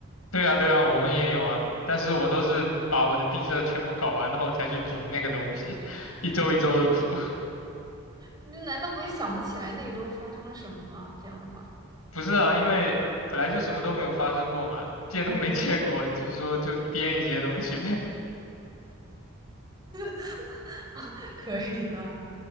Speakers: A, on the left; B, on the right.
A: 对啊，对啊，我们也有啊，但是我都是把我的毕设全部搞完了后才去补那个东西，<laughs> 一周一周的补。
B: 那难道不会想不起来那一周发生了什么吗？这样的话，
A: <laughs> 不是啊，因为本来就什么都没有发生过嘛，见都没见过，就是说就编一些东西呗。
B: <laughs> 可以的。